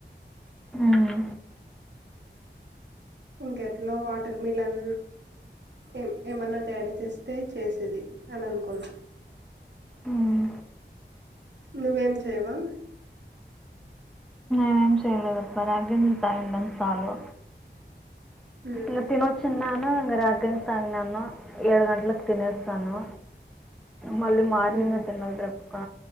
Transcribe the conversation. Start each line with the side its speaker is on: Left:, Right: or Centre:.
Centre: ఉమ్,
Right: ఇంకెట్లో వాటర్ మిల్న్ ఏం ఏమన్నా డాడీ చేస్తే చేసేది అని అనుకున్నా
Centre: ఉమ్.
Right: నువేం చేయవా
Centre: ఎం చేయలేదే పరగ్యం పండంత చాలు
Right: ఉమ్
Centre: ఎ తినో చిన్నను రాగిస్తాన్ నేను ఏడు గంటలకు తినేస్తాను మళ్ళీ మార్నింగ్
Right: ఉమ్
Centre: ఎ తినాలి రేపు ఒక